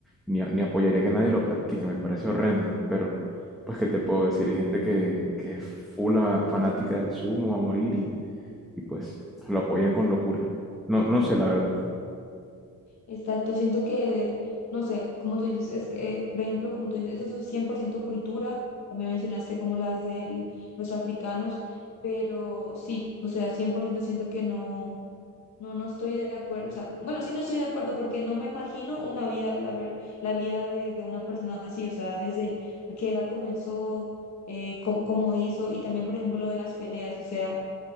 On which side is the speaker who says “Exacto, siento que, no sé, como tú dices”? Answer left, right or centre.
Left